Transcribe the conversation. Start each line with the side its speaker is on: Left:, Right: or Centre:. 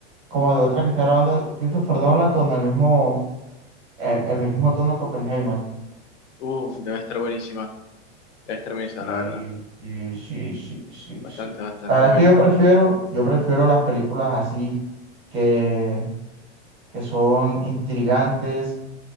Right: como de otra que está grabando Christopher Nolan con el mismo, el, el mismo tono que Oppenheimer.
Left: Uf, debe estar buenísima, debe estar buenísima,
Right: Sí,
Left: la verdad.
Right: sí, sí, sí, sí,
Left: Bastante,
Right: sí.
Left: bastante
Right: La verdad
Left: buena.
Right: es que yo prefiero, yo prefiero las películas así, que, que son intrigantes,